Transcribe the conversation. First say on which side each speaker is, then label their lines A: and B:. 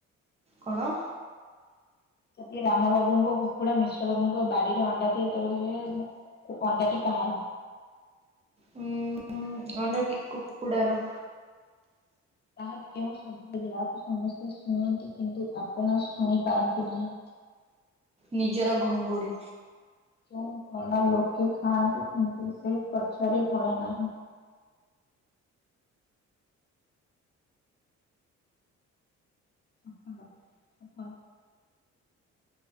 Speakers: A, on the right; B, on the left.
A: କଣ?
B: ଯଦି ରାମ ବାବୁଙ୍କ କୁକୁଡା ମିଶ୍ର ବାବୁଙ୍କ ବାଡିରେ ଅଣ୍ଡା ଦିଏ ତାହେଲେ। ଅଣ୍ଡାଟି କାହାର।
A: ହଁ ଅଣ୍ଡାଟି କୁକୁଡ଼ାର।
B: ତାହା କେଉଁ ଶବ୍ଦ ଯାହାକୁ ସମସ୍ତେ ଶୁଣନ୍ତି କିନ୍ତୁ? ଆପଣ ଶୁଣି ପାରନ୍ତି ନାହିଁ?
A: ନିଜର ଘୁଙ୍ଗୁଡ଼ି।
B: କେଉଁ ଭଲ ଲୋକେ ଖାଆନ୍ତିୁ କିନ୍ତୁ ସେ ଗଛରେ ଭଲ ନାହିଁ? ସଫଲ ସଫଳ।